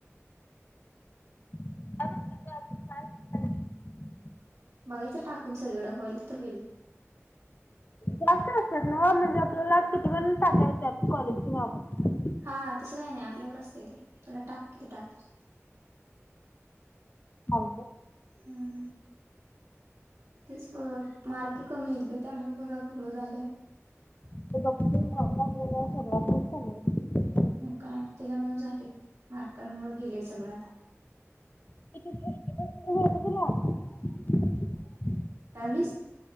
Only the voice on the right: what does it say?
बघायचं टाकून सगळीकड होईल तर होईल.
हा तसं काही नाही आपल्यावर असतें ते तुला टाक किती टाक.
हम् तेच मार्क कमी आहेत ग त्यामुळे सगळा घोळ झालाय ना.
मग काय त्याच्या मूळ झाले मार्कांवर गेले सगळ आता.
पस <unintelligible>